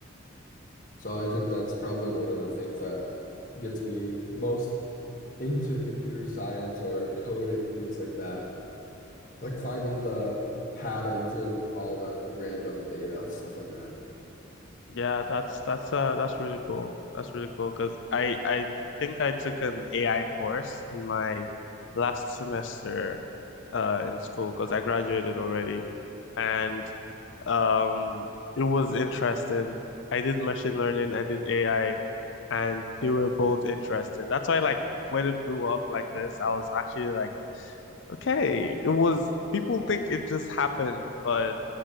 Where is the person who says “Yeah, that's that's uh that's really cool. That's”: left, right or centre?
Left